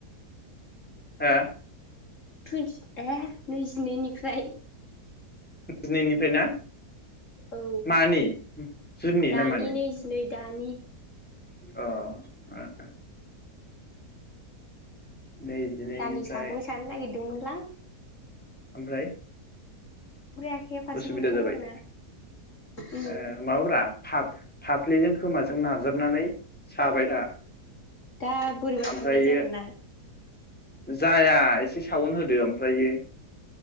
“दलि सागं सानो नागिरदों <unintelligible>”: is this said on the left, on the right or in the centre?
Left